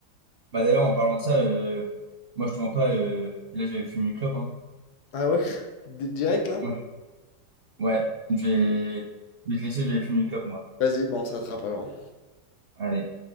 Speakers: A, on the right; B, on the left.
A: Bah d'ailleurs, en parlant de ça, euh, moi je te mens pas, euh, là je vais aller fumer une clope, hein.
B: Ah ouais? <laughs> Di- Direct, là?
A: Ouais, ouais, je vais, je vais te laisser, je vais aller fumer une clope, moi.
B: Vas-y, bon, on s'attrape alors.
A: Allez.